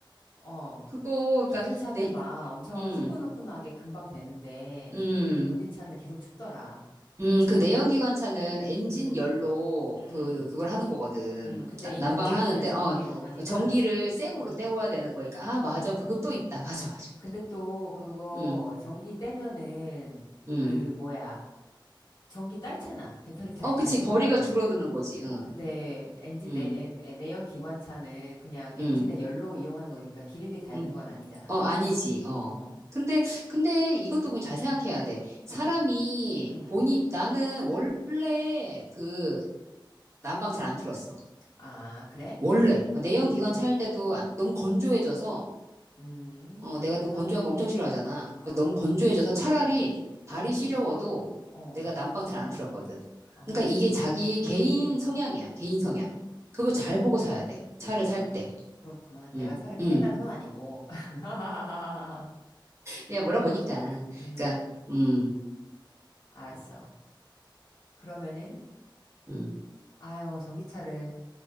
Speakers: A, on the left; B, on the right.
A: 어.
B: 그거,
A: 기름차는
B: 그니까, 내,
A: 막 엄청
B: 음,
A: 후끈후끈하게 금방 되는데
B: 음,
A: 언니 차는 계속 춥더라.
B: 음,
A: 음,
B: 그 내연기관차는 엔진
A: 음,
B: 열로
A: 음,
B: 그, 그걸 하는 거거든.
A: 음. 근데
B: 나-
A: 이거는
B: 난방을 하는데,
A: 그냥 전기로
B: 어,
A: 하니까.
B: 전기를 생으로
A: 음,
B: 때워야 되는 거니까. 아, 맞아.
A: 어.
B: 그거 또 있다. 맞아, 맞아.
A: 근데 또 그거
B: 음,
A: 전기 떼면은
B: 음.
A: 그 뭐야. 전기 딸잖아. 배터리 달,
B: 어,
A: 닳는
B: 그치. 거리가
A: 거잖아.
B: 줄어드는 거지.
A: 근데 엔진
B: 응,
A: 내, 에- 에- 내연 기관차는 그냥 엔진의
B: 응,
A: 열로 이용하는 거니까 기름이 닳는
B: 응.
A: 건 아니잖아.
B: 어, 아니지, 어.
A: 어,
B: 근데, 근데 이것도 그냥 잘 생각해야 돼. 사람이
A: 음, 음.
B: 본인, 나는 원래 그 난방 잘 안 틀었어.
A: 아, 그래?
B: 원래. 어, 내연기관
A: 음,
B: 차일 때도 안- 너무 건조해져서,
A: 음,
B: 어,
A: 그렇구나.
B: 내가 또 건조한 거 엄청 싫어하잖아.
A: 아,
B: 그 너무 건조해져서 차라리 발이
A: 어,
B: 시려워도
A: 어,
B: 내가 난방 잘 안 틀었거든.
A: 아,
B: 그러니까
A: 정말?
B: 이게 자기 개인
A: 음,
B: 성향이야. 개인 성향.
A: 음,
B: 그걸 잘 보고 사야 돼. 차를
A: 아,
B: 살 때.
A: 그렇구만. 내가
B: 음,
A: 차를 사겠다는
B: 음.
A: 건 아니고. <laughs>
B: 그냥 물어보니까.
A: 음,
B: 그러니까, 음,
A: 알았어. 그러면은,
B: 음,
A: 아유, 전기차를.